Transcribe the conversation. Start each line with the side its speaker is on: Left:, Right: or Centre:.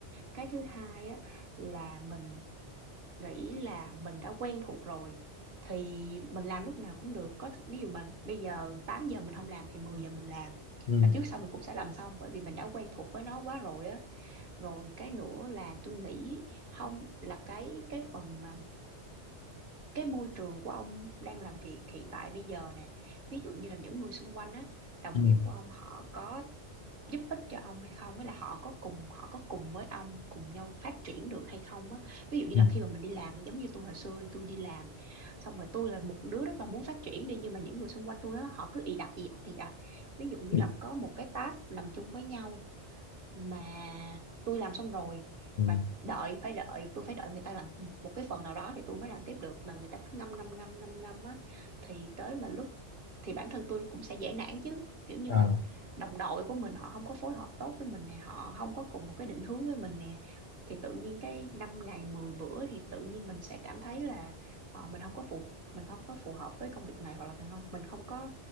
Right: cái thứ hai á, là mình nghĩ là mình đã quen thuộc rồi thì mình làm lúc nào cũng được có ví dụ mình bây giờ 8 giờ mình không làm thì 10 giờ mình làm
Left: ừ
Right: và trước sau mình cũng sẽ làm xong bởi vì mình đã quen thuộc với nó quá rồi á rồi cái nữa là tôi nghĩ không là cái cái phần mà cái môi trường của ông đang làm việc hiện tại bây giờ nè ví dụ như là những người xung quanh á đồng
Left: ừ
Right: nghiệp của ông họ có giúp ích cho ông hay không với là họ có cùng họ có cùng với ông cùng nhau phát triển được hay không á ví dụ như
Left: ừ
Right: là khi mà mình đi làm giống như tôi hồi xưa đi tôi đi làm xong rồi tôi là một đứa rất là muốn phát triển đi nhưng mà những người xung quanh tôi á họ cứ ì ạch ì ạch ì ạch ví dụ như
Left: ừ
Right: là có một cái task làm chung với nhau mà tôi làm xong rồi
Left: ừ.
Right: mà đợi phải đợi tôi phải đợi người ta làm một cái phần nào đó thì tôi mới làm tiếp được mà người ta cứ ngâm ngâm ngâm ngâm ngâm á thì tới mà lúc thì bản thân tôi cũng sẽ dễ nản chứ kiểu như
Left: Ờ,
Right: là đồng đội của mình họ không có phối hợp tốt với mình nè họ không có cùng một cái định hướng với mình nè thì tự nhiên cái 5 ngày 10 bữa thì tự nhiên mình sẽ cảm thấy là ờ, mình không có phù mình không có phù hợp với công việc này hoặc là mình không mình không có